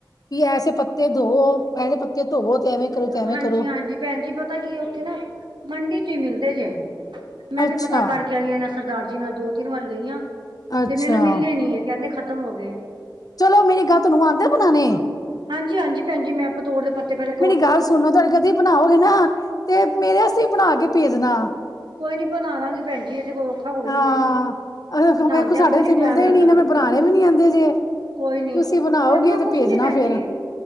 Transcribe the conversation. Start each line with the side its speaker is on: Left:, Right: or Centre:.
Left: ਕਿ ਐਸੇ ਪੱਤੇ ਧੋਔ, ਐਸੇ ਪੱਤੇ ਧੋਵੋ ਤੇ ਐਵੇਂ
Right: ਨਹੀਂ
Left: ਕਰੋ ਤੇ ਐਵੇਂ
Right: ਹਾਂਜੀ
Left: ਕਰੋ।
Right: ਹਾਂਜੀ ਭੈਣ ਜੀ ਪਤਾ ਕੀ ਏ ਔਥੇ ਨਾ, ਮੰਡੀ ਚ ਈ ਮਿਲਦੇ ਜੇ, ਮੈਂ
Left: ਅੱਛਾ,
Right: ਵੀ ਪਤਾ ਕਰਕੇ ਆਈ ਆਂ ਏਹਨਾਂ ਸਰਦਾਰ ਜੀ ਨਾਲ ਦੋ, ਤਿੰਨ ਵਾਰੀ ਗਈ ਆਂ,
Left: ਅੱਛਾ
Right: ਤੇ ਮੈਨੂੰ ਮਿਲੇ ਨੀ ਏ ਕੇਹੰਦੇ ਖ਼ਤਮ ਹੋ ਗਏ।
Left: ਚਲੋ ਮੇਰੀ ਗਾਤ ਨੂੰ ਆੰਦੇ ਬਣਾਣੇ?
Right: ਹਾਂਜੀ-ਹਾਂਜੀ ਭੈਣ ਜੀ ਮੈਂ ਪਤੋੜ ਦੇ ਪੱਤੇ ਪੈਲੇ
Left: ਗਾਲ ਸੁਣੋ ਤੇ ਕਦੀ ਬਣਾਓਗੇ ਨਾ, ਤੇ ਮੇਰੇ ਆਸਤੇ ਵੀ ਬਣਾ ਕੇ ਭੇਜਣਾ।
Right: ਕੋਈ ਨੀ ਬਣਾਦਾਂਗੇ ਭੈਣ ਜੀ ਏਹ ਤੇ ਕੋ ਔ ਖਾ ਕੋਈ
Left: ਹਾਂ
Right: ਨਾ ਵੇ,
Left: ਅ
Right: ਬਣਾੰਦੇਆਂ
Left: ਵੇਖੋ ਸਾਡੇ
Right: ਕੋਈ
Left: ਇੱਥੇ
Right: ਨੀ ਟੈਮ
Left: ਮਿਲਦੇ
Right: ਲੱਗਦਾ।
Left: ਹੀ ਨੀ ਨਾ ਮੈਂ ਬਣਾਣੇ ਵੀ ਨੀ ਆਂਦੇ ਜੇ
Right: ਕੋਈ
Left: ਤੁਸੀਂ
Right: ਨੀ, ਕਰਨਾ
Left: ਬਣਾਓਗੇ ਤੇ
Right: ਕੁਛ
Left: ਭੇਜਣਾ
Right: ਨੀ ਭੈਣ
Left: ਫੇਰ
Right: ਜੀ,